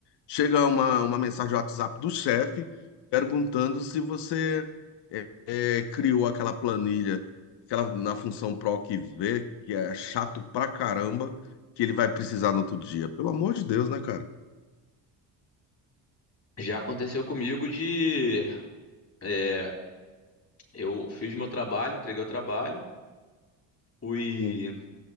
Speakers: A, on the left; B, on the left.
A: chega uma, uma mensagem do WhatsApp do chefe perguntando se você é, é, criou aquela planilha, aquela na função PROC V, que é chato pra caramba, que ele vai precisar no outro dia. Pelo amor de Deus, né, cara?
B: Já aconteceu comigo de. é, eu fiz meu trabalho, entreguei o trabalho, fui.
A: Hum,